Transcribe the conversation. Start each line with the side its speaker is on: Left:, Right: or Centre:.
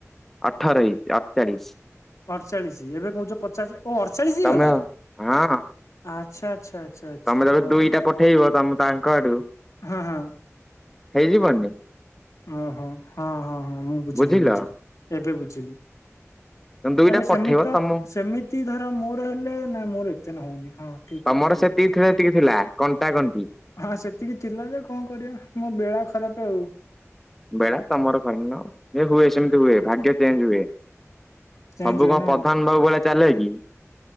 Centre: ଅଠର ହେଇ ଅଠଚାଳିଶ
Left: ଅଠଚାଳିଶ ଏବେ କହୁଛ ପଚାଶ ଓ ଅଠଚାଳିଶ ହେଇଗଲା
Centre: ତମେ ହଁ
Left: ଆଛା ଆଚ୍ଛା। ଆଚ୍ଛା
Centre: ତମେ ତେବେ
Left: ଓହୋ
Centre: ଦୁଇଟା ପଠେଇବ ତମେ ତାଙ୍କ ଆଡୁ
Left: ହଁ ହଁ।
Centre: ହେଇଯିବନି?
Left: ଓହୋ ହଁ ହଁ ହଁ ମୁଁ ବୁଝିଲି
Centre: ବୁଝିଲ
Left: ବୁଝିଲି ଏବେ ବୁଝିଲି।
Centre: ତମେ ଦୁଇଟା
Left: ନଲେ ସେମି
Centre: ପଠେଇବ
Left: ତ
Centre: ତମ
Left: ସେମିତି ଧର ମୋର ହେଲେ ନାଇ ମୋର ଏତେ ନ ହଉନି ହଁ ଠିକ
Centre: ତମର
Left: କଥା ଠିକ
Centre: ସେତିକି
Left: କଥା
Centre: ଥିଲେ ଯେତିକି ଥିଲା କଣ୍ଟା କଣ୍ଟି।
Left: ହଁ ସେତିକି ଥିଲା ଯେ କଣ କରିବା ମୋ ବେଳା ଖରାପ ଆଉ।
Centre: ବେଳା ତମର ଘରେ ନ ଏ ହୁଏ ସେମିତି ହୁଏ ଭାଗ୍ୟ ଚେଞ୍ଜ ହୁଏ
Left: ଚେଞ୍ଜ
Centre: ସବୁ
Left: ହୁଏ
Centre: କଣ
Left: ନା
Centre: ପ୍ରଧାନ ବାବୁ ଭଳିଆ ଚାଲାକି।